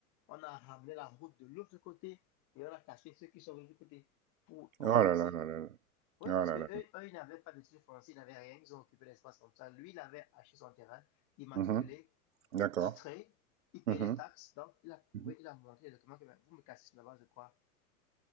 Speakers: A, on the left; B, on the right.
A: On a ramené la route de l'autre côté et on a cassé ceux qui sont venus du côté pour compenser.
B: Oh là là là là là.
A: Oui,
B: Oh
A: parce
B: là
A: que
B: là.
A: eux, eux, ils n'avaient pas de titre foncier, ils n'avaient rien, ils ont occupé l'espace comme ça. Lui, il avait acheté son terrain, immatriculé,
B: Mhm. D'accord.
A: titré, il payait
B: Mhm.
A: les taxes, donc il a prouvé,
B: Mhm.
A: il a montré les documents que ben, vous me cassez sur la base de quoi